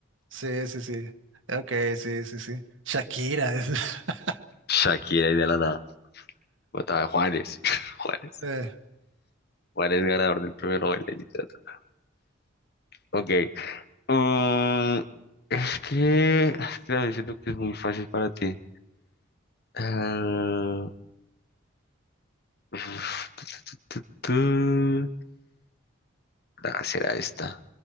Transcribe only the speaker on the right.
sí, sí, sí. Ok, sí, sí, sí. Shakira. <laughs>
Eh,